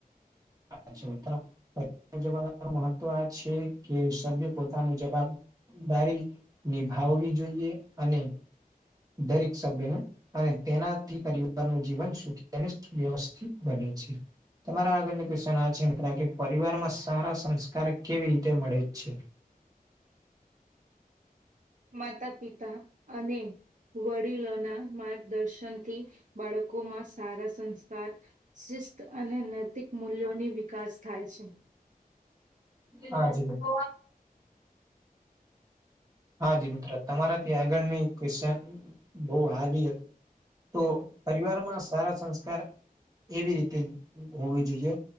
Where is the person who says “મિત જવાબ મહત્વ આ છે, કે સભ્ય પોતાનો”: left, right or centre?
Right